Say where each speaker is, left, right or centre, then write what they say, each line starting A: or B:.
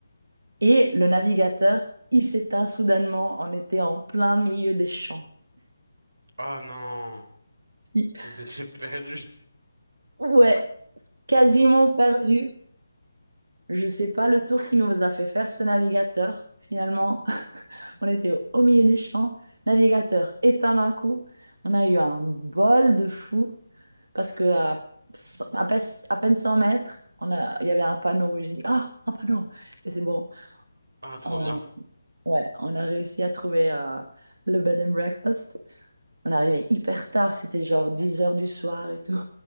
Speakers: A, on the right; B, on the right.
A: Et le navigateur, il s'éteint soudainement. On était en plein milieu des champs.
B: Oh non.
A: <laughs>
B: Vous étiez perdu.
A: Ouais,
B: <laughs>
A: quasiment
B: Pas de chance.
A: perdu. Je sais pas le tour qui nous a fait faire ce navigateur. Finalement, <laughs> on était au au milieu des champs, navigateur éteint d'un coup. On a eu un bol de fou parce que à, cent- à peine à peine 100 mètres, on a, il y avait un panneau. J'ai dit, oh, un panneau! Et c'est bon.
B: Ah, trop
A: On,
B: bien.
A: ouais, on a réussi à trouver euh, le bed and breakfast. On est arrivé hyper tard, c'était genre 10 heures du soir et tout.